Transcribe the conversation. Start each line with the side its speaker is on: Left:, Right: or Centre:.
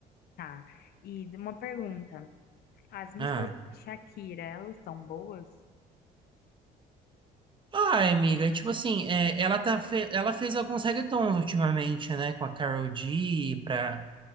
Left: Tá. E uma pergunta. As músicas
Right: Ah.
Left: da Shakira, elas são boas?
Right: Ai, amiga, tipo assim, é, ela tá fe- ela fez alguns reggaetons ultimamente, né, com a Karol G, pra